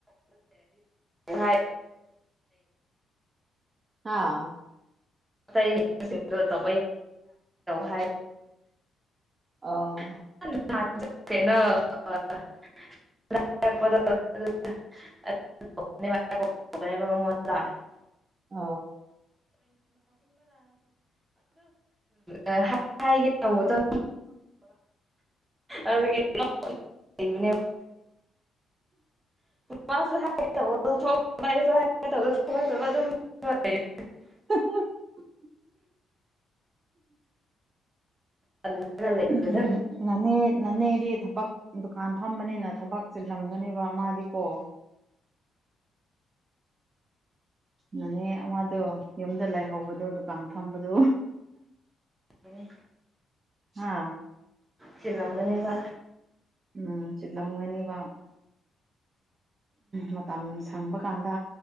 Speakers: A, on the right (about 15°); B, on the right (about 35°).
A: ꯍ
B: ꯑꯥ
A: ꯑꯇꯩ ꯇꯧꯕ ꯇ ꯍꯥꯏ
B: ꯑꯥꯎ
A: <unintelligible> ꯅ ꯂ
B: ꯑ
A: ꯑ ꯍꯥꯏꯒꯦ ꯇꯧꯕꯗ ꯑꯗꯨꯒꯤ ꯂꯩꯅꯦꯕ ꯃꯥ ꯍꯥꯏ ꯍꯥꯏ ꯊ ꯑꯗꯨ
B: <unintelligible>
A: ꯇꯜꯂꯒ ꯂꯩꯕꯗꯣ
B: ꯎ ꯅꯅꯦ ꯅꯅꯦꯗꯤ ꯊꯕꯛ ꯗꯨꯀꯥꯟ ꯐꯝꯕꯅꯤꯅ ꯊꯕꯛ ꯆꯤꯜꯂꯝꯒꯅꯦꯕ ꯃꯥꯗꯤꯀꯣ ꯅꯅꯦ ꯃꯥꯗꯣ ꯌꯨꯝꯗ ꯂꯩꯥꯏꯍꯧꯕꯗꯣ ꯗꯨꯀꯥꯟ ꯐꯝꯕꯗꯨꯣ
A: ꯑꯗꯨꯅꯤ
B: ꯑꯥ
A: ꯁꯤꯜꯂꯝꯒꯅꯦꯕ
B: ꯎꯝ ꯆꯤꯜꯂꯝꯒꯅꯤꯕ ꯃꯇꯝ ꯁꯪꯕ ꯀꯥꯟꯗ